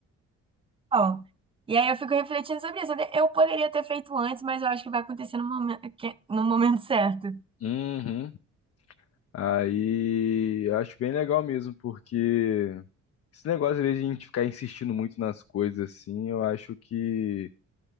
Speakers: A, on the right; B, on the left.
A: Bom, e aí eu fico refletindo sobre isso. Eu poderia ter feito antes, mas eu acho que vai acontecer no momento, que- no momento certo.
B: Uhum. Aí, eu acho bem legal mesmo, porque esse negócio, às vezes, de a gente ficar insistindo muito nas coisas, assim, eu acho que,